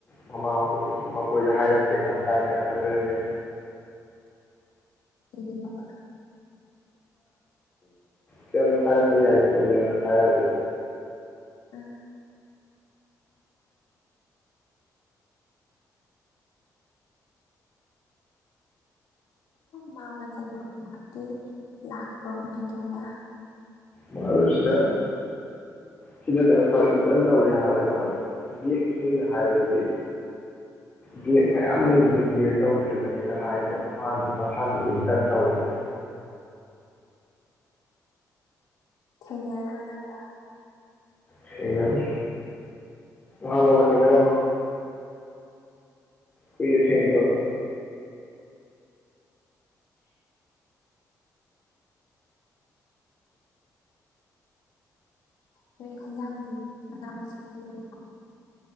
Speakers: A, on the left; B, on the left.
A: ꯃꯃꯥ ꯍꯣꯏꯅꯁꯨ ꯑꯩꯣꯏꯗ ꯍꯥꯏꯔꯛꯇꯦ ꯀꯥꯟꯅ ꯇꯥꯏꯅꯔꯛꯀꯗ꯭ꯔꯁ
B: ꯍꯕ
A: ꯀ ꯍꯔꯦ ꯀ ꯍꯥꯏꯅ ꯍꯔꯦ ꯍꯥꯏꯗꯤ
B: ꯑ ꯃꯥ ꯃꯦꯟ ꯊ ꯃꯗꯤ ꯂꯥꯛꯄꯔ ꯀꯃꯥꯏ ꯇꯧꯒ
A: ꯃꯥꯁꯨ ꯁꯤꯗ ꯁꯤꯗ ꯀꯩꯅꯣ ꯇꯧ ꯏꯟꯇꯔꯟ ꯇꯧꯔꯤ ꯍꯥꯏꯕꯅꯦ ꯃꯥ ꯕꯦꯒꯅꯤꯅ ꯍꯥꯏꯕꯗꯗꯤ ꯕꯦꯒ ꯃꯌꯥꯝ ꯂꯩꯕꯅꯤ ꯀꯦꯌꯔ ꯇꯧꯗ꯭ꯔꯤꯕꯅꯦꯅ ꯍꯥꯏ ꯑꯗꯣ ꯃꯥꯅꯗꯤ ꯃꯁꯥꯅꯗꯤ ꯏꯟꯇꯔꯟ ꯇꯧꯔꯤ ꯍꯥꯏ
B: ꯊꯦꯡꯉꯔꯣ ꯂꯪꯒ
A: ꯁꯤꯗꯤ ꯍꯃ ꯊꯦꯡꯅꯔ ꯀ ꯊꯦꯡꯒꯕ
B: ꯅꯣꯏ ꯍꯟꯖꯥꯡꯁ ꯃꯅꯥ ꯃꯁꯤꯡ ꯂꯩꯔꯣ